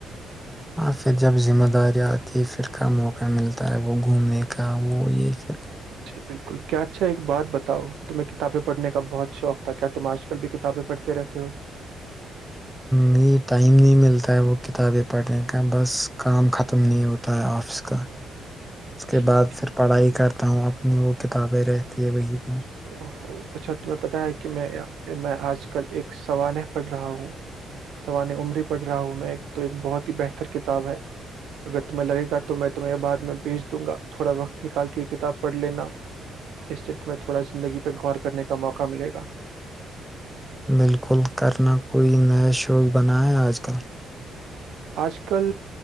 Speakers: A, in the centre; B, on the right (about 75°).
A: اور پھر جب ذمہ داری آتی ہے پھر کا موقع ملتا ہے وہ گھومنے کا وہ یہ پھر
B: جی بالکل کیا اچھا ایک بات بتاؤ تمہیں کتابیں پڑھنے کا بہت شوق تھا کیا تم آج کل بھی کتابیں پڑھتے رہتے ہو
A: م ٹائم نہیں ملتا ہے وہ کتابیں پڑھنے کا بس کام ختم نہیں ہوتا ہے آفس کا اس کے
B: ٹھیک
A: بعد
B: ٹھیک
A: پھر پڑھائی کرتا ہوں اب اپنی وہ کتابیں رہتی ہے وہیں پہ
B: ا اچھا تمہیں پتتا ہے کہ میں میں آج کل ایک سوانح پڑھ رہا ہوں سوانح عمری پڑھ رہا ہوں میں تو ایک بہت ہی بہتر کتاب ہے اگر تمہیں لگے گا تو میں تمہیں یہ بعد میں بھیج دوں گا تھوڑا وقت نکال کے یہ کتاب پڑھ لینا اس سے تمہیں تھوڑا س زندگی پہ غور کرنے کا موقع ملے گا
A: بالکل کرنا کوئی نیا شوق بنا ہے آج کل
B: آج کل